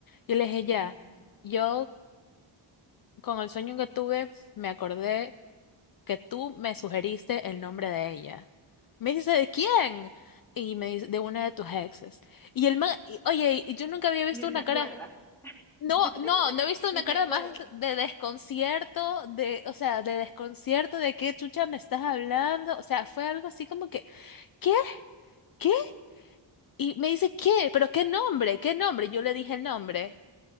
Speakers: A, on the left; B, in the centre.
A: Yo le dije,
B: Mm,
A: ya, yo con el sueño que tuve, me acordé que tú me sugeriste el nombre de ella. Me dice, ¿de quién? Y me dice, de una de tus exes. Y el man, y- oye, y yo nunca había visto
B: Ni
A: una
B: se acuerda.
A: cara, no,
B: <laughs>
A: no, no he visto una
B: Ni se
A: cara
B: acuerda.
A: más de desconcierto, de, o sea, de desconcierto, de qué chucha me estás hablando. O sea, fue algo así como que, ¿qué? ¿Qué? Y me dice, ¿qué? ¿Pero qué nombre? ¿Qué nombre? Yo le dije el nombre.